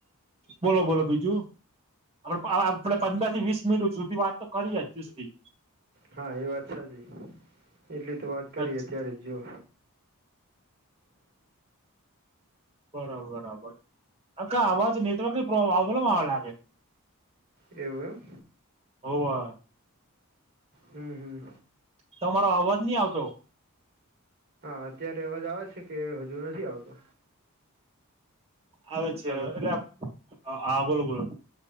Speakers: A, on the right (about 25°); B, on the right (about 50°).
A: બોલો બોલો બીજું આપડે <unintelligible> આપણે પંદર થી વીસ મિનિટ સુધી વાત તો કરી હજુ સુધી
B: હા એ વાત સાચી, એટલી તો વાત કરી
A: અચ્છા
B: અત્યારે જ જુઓ.
A: બરાબર બરાબર અકા આવાજ નેટવર્ક ની પ્રોબ્લેમ આવે લાગ
B: એવું એમ
A: હોવે
B: હમ હમ
A: તમારો અવાજ ની આવતો.
B: હા અત્યારે અવાજ આવે છે કે હજુ નથી આવતો.
A: આવે જ છે
B: હલો
A: હવે એટલે અ હા બોલો બોલો.